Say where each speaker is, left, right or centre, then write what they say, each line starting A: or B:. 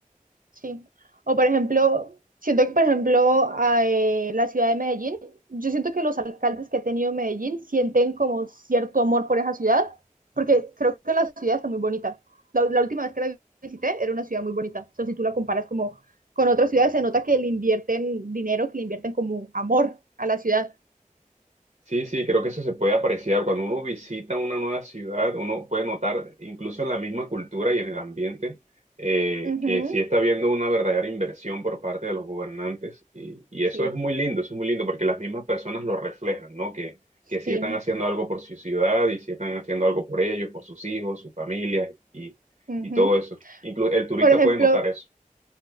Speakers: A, on the right (about 80°); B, on the right (about 50°).
A: sí. O por ejemplo, siento que por ejemplo a, eh, la ciudad de Medellín, yo siento que los alcaldes que ha tenido Medellín sienten como cierto amor por esa ciudad, porque creo que la ciudad está muy bonita. La, la última vez que la visité era una ciudad muy bonita. O sea, si tú la comparas como con otras ciudades, se nota que le invierten dinero, que le invierten como amor a la ciudad.
B: Sí, sí, creo que eso se puede apreciar. Cuando uno visita una nueva ciudad, uno puede notar, incluso en la misma cultura y en el ambiente, eh,
A: Ujú,
B: que sí está habiendo una verdadera inversión por parte de los gobernantes. Y, y eso
A: Sí,
B: es muy lindo, eso es muy lindo porque las mismas personas lo reflejan, ¿no? Que, que sí
A: sí.
B: están haciendo algo por su ciudad y sí están haciendo algo por ellos, por sus hijos, sus familias y,
A: ujú.
B: y todo eso. Incluso el turista
A: Por ejemplo,
B: puede notar eso.